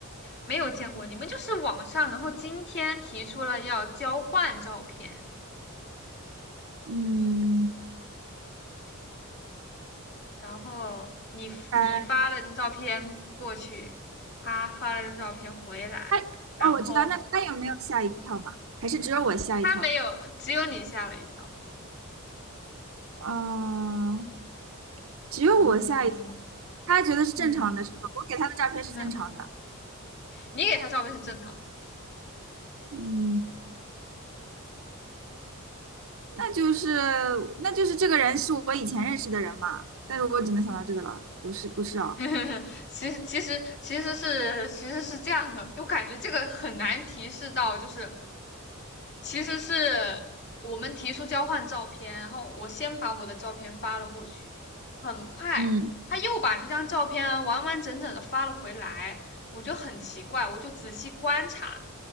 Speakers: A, on the left (about 55°); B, on the right (about 65°).
A: 没有见过。你们就是网上，然后今天提出了要交换照片，
B: 嗯，
A: 然后你你发了张照片过去，
B: 呃，
A: 他发了张照片回来，
B: 他哦，
A: 然后
B: 我知道，那他有没有吓一跳嘛？还是只有我吓一跳？
A: 他没有，只有你吓了一跳。
B: 嗯、只有我吓一跳。
A: 嗯
B: 他觉得是正常的，
A: 嗯，
B: 是吧？我给他的照片是正常的。
A: <laughs> 你给他照片是正常
B: 嗯，那就是那就是这个人是我以前认识的人嘛？但是我只能想到这个了，不是不是哦，
A: <laughs> 其实其实其实是其实是这样的，我感觉这个很难提示到，就是其实是我们提出交换照片，然后我先把我的照片发了过去，很快他又把那张照片完完整整的发了回来，
B: 嗯
A: 我就很奇怪，我就仔细观察，